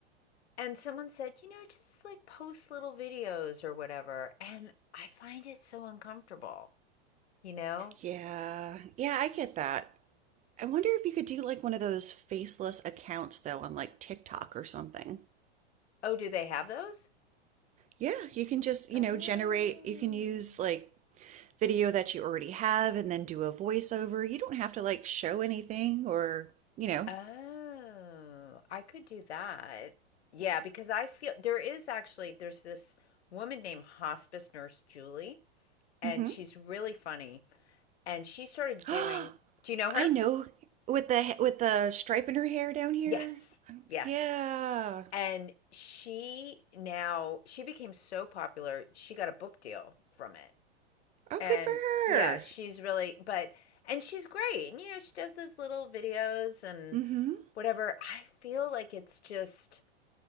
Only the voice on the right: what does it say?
Yeah. Yeah, I get that. I wonder if you could do like one of those faceless accounts though on like TikTok or something.
Yeah, you can just, you
know, generate, you can use like video that you already have and then do a voiceover. You don't have to like show anything or, you know.
hmm
<gasps>
I know with the with the stripe in her hair down here.
Yeah.
Oh,
good for
her.
Mm-hmm.